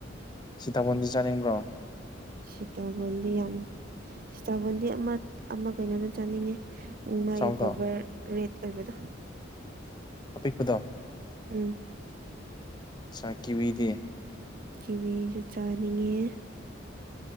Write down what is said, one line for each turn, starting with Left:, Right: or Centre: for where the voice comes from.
Left: ꯁꯤꯇꯥꯕꯟꯗꯤ ꯆꯅꯤꯡꯕ꯭ꯔꯣ
Right: ꯁꯤꯇꯕꯣꯟꯗꯤ ꯌꯥꯝ ꯁꯤꯇꯕꯣꯟꯗꯤ ꯑꯃ ꯑꯃ ꯀꯩꯅꯣꯗ ꯆꯥꯅꯤꯡꯉꯦ ꯃꯥꯒꯤ
Left: ꯆꯥꯎꯗꯣ
Right: ꯒꯣꯕꯔ ꯔꯦꯠ ꯑꯣꯏꯕꯗꯣ
Left: ꯑꯄꯤꯛꯄꯗꯣ
Right: ꯎꯝ
Left: ꯆꯀꯤꯕꯨꯗꯤ
Right: ꯀꯚꯁꯨ ꯆꯥꯅꯤꯡꯉꯦ